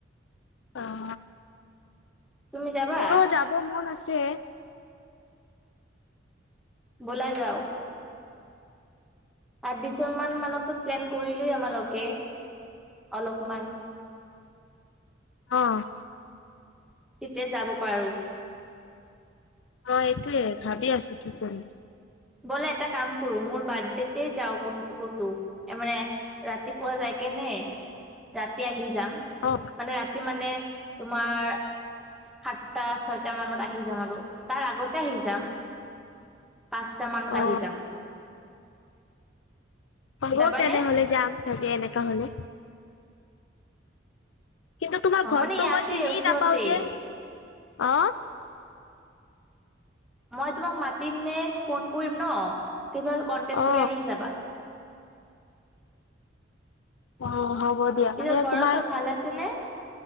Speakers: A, on the left; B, in the centre.
A: অ'
B: তুমি যাবা
A: মোৰো যাব মন আছে।
B: বোলা যাওক। <unintelligible> মান মানতো প্লেন কৰিলো আমালোকে অলপমান
A: অ'।
B: তেতিয়া যাব পাৰো।
A: অ' এইটোৱে। ভাবি আছো কি কৰিম?
B: ব'লা এটা কাম কৰো। মোৰ বাৰ্থডেতে যাও, ক-ক'তো মানে ৰাতিপুৱা যাই কেনে ৰাতি আহি যাম।
A: অ
B: মানে ৰাতি মানে তোমাৰ সাতটা-ছয়টামানত আহি যাম আৰু। তাৰ আগতে আহি যাম। পাঁচটামানত
A: অ
B: আহি যাম।
A: হ'ব
B: যাবানে
A: তেনেহ'লে যাম চাগে। এনেকা হ'লে কিন্তু তোমাৰ
B: অ
A: ঘৰটো
B: মানে ইয়াতে
A: মই চিনিয়ে
B: ওচৰতেই
A: নাপাওঁ যে। অ
B: মই তোমাক মাতিম নে ফোন কৰিম ন? তেতিয়াহ'লে কন্টেক্ট
A: অ
B: কৰি আহি যাবা।
A: অ' হ'ব দিয়া।
B: পিছত
A: মানে
B: ঘৰৰ
A: তোমাৰ
B: চব ভাল আছে নে?